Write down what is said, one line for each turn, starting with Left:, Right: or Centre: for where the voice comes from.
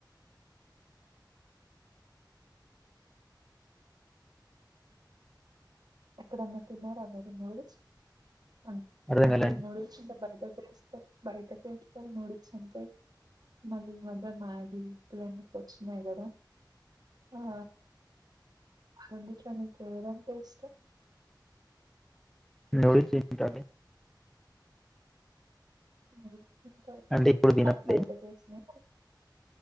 Right: ఎక్కడన్నా తిన్నార మీరు నూడిల్స్ అ
Centre: అర్థం
Right: అంటే
Centre: కాలే అండి
Right: నూడిల్స్ ఆంటె బయట బైట చేస్తారు నూడిల్స్ అంటే మళ్ళీ ఇ మధ్య మ్యాగీ ఇప్పీ అని కొన్ని వచ్చినాయి కదా ఆ అన్నిట్లో నీకు ఎదంటే ఇష్టం
Centre: నూడిల్స్ ఇష్టం అండి
Right: హ్మ్ తింటారు
Centre: అంటే ఇప్పుడు తినట్లే
Right: ఆ బాయిట చేసినా